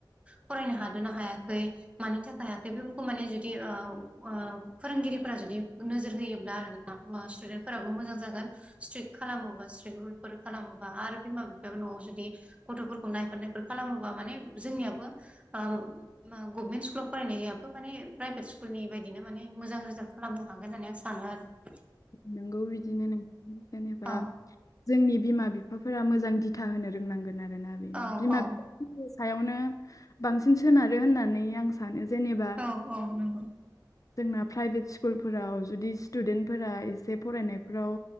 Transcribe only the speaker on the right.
फरायनो हादोना हायाखै मानि थाखाय हायाखै बेफोरखौ माने जुदि आ फोरोंगिरिफोरा जुदि नोजोर होयोब्ला आरो मा स्टुडेन्टफोराबो मोजां जागोन स्ट्रिक खालामोबा एसे रुल फोर खालामोबा आरो बिमा बिफाबो न'आव जुदि गथ'फोरखौ नायफोर नायफोर खालामोबा माने जोंनियाबो ओ गभमेन्ट स्कुलावबो फरायनायाबो माने प्राइभेट स्कुलनि बायदिनो माने मोजां रिजाल खालामनो हागोन होननानै आं सानो आरो
औ
औ औ
औ औ नंगौ